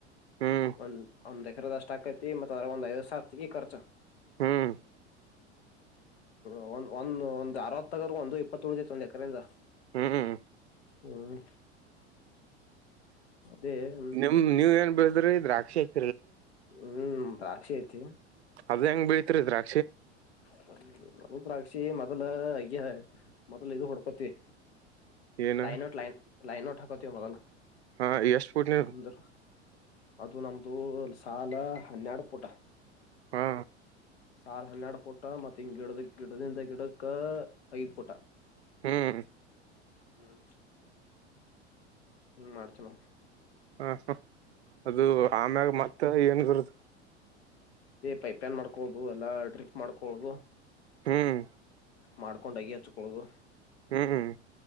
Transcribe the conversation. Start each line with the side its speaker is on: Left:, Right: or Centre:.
Right: ಹ್ಮ್
Left: ಅ <unintelligible> ಒಂದ್ ಎಕಿರ್ದಷ್ಟಾಗೖತಿ ಮತಾ ಅದ್ರಗೊಂದ್ ಐವತ್ಸಾವ್ರ ತೆಗಿ ಖರ್ಚು.
Right: ಹ್ಮ್
Left: ಒ ಒಂದ ಒಂದ್ ಅರವತ್ತಗ್ರ ಒಂದು ಇಪ್ಪತ್ತು ಉಳ್ದತಿ ಒಂದ್ ಎಕ್ರೆಯಿಂದ
Right: ಹ್ಮ್
Left: ಹ್ಮ್ ಅದೇ ಹ್ಮ್
Right: ನಿಮ್ ನೀವೇನ್ ಬೆಳೆದ್ರಿ <unintelligible> <unintelligible>
Left: ಹ್ಮ್. ದ್ರಾಕ್ಷೆತಿ.
Right: ಅದ ಹೆಂಗ್ ಬೀಳರಿಿದ್ರ.
Left: ಹೌ ನ ರಾಕ್ಷ. <unintelligible> ಮೊದಲ ಅಯ್ಯ ಮೊದಲ್ ಇದು ಹೊಡ್ಕೋತಿವಿ.
Right: ಏನ
Left: ಲೈನ್ ಔಟ್ ಲೈನ್. ಲೈನ ಠಕತ ಮೊದಲು.
Right: ಹಾ ಎಷ್ಟ್ ಪುಟ್ ನೀ
Left: ಅಂದ. ಇದು ನಮ್ದು ಸಾಲ ಹನ್ನೆರಡು ಪುಟ. <inaudible>
Right: ಹಾ
Left: ಸಾವಿ ಹನ್ನೆರಡ್ ಫುಟ ಮತ್ತತ್ ಹಿ ಗಿಡದ ಗಿಡದಿಂದ ಗಿಡಕ್ ಐದ್ ಫುಟ.
Right: ಹ್ಮ್.
Left: ಹ್ಮ್. ಹ್ಮ್ ಮಡತಣ.
Right: ಹಾ ಹಾ. ಅದು ಆಮ್ಯಾಗ ಮತ್ತ ಏನ್ ಬರದು.
Left: ಪೈಪ್ನ್ ಮಾಡ್ಕೊಳುದು ಎಲ್ಲಾ ಡ್ರಿಕ್ ಮಾಡ್ಕೊಳುದು.
Right: ಹ್ಮ್.
Left: ಮಾಡ್ಕೊಂಡಾಗಿಿ ಹಚ್ಕೊೊಳ್ಳೋದು.
Right: ಹ್ಮ್ ಹ್ಮ್.